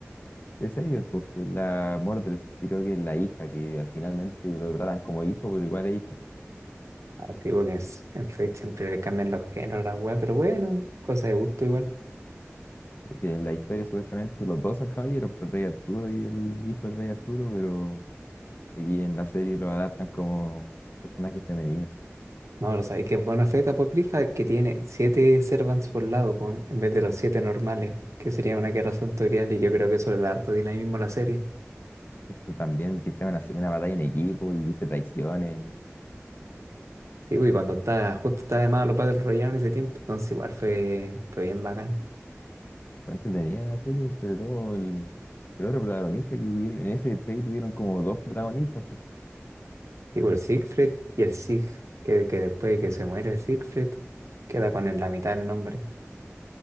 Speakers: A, on the left; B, on the right.
A: de Saber, pues que es la Mordred, creo que es la hija, que al finalmente lo tratan como hijo, pero igual es hijo.
B: Así porque es- en Fate siempre le cambian los géneros a la weá, pero bueno, cosa de gusto igual.
A: Porque en la historia supuestamente los dos son caballeros, pues, el rey Arturo y el hijo del rey Arturo, pero... Aquí en la serie lo adaptan como personajes femeninos.
B: No, pero sabéis que es bueno Fate Apocrypha que tiene siete servants por lado, po, en vez de los siete normales, que sería una guerra santorial y yo creo que eso le da harto dinamismo a la serie.
A: Eso también, que sea una, una batalla en equipo y que se traicionen.
B: Sí, pues, y cuando está, justo está de moda los Battle Royale en ese tiempo, entonces igual fue, fue bien bacán.
A: Fue entretenida la serie, sobre todo el, el otro protagonista que hubieron. En ese play tuvieron como dos protagonistas. pues.
B: Y por Siegfried y el Sig, que, que después de que se muere Siegfried, queda con el- la mitad del nombre.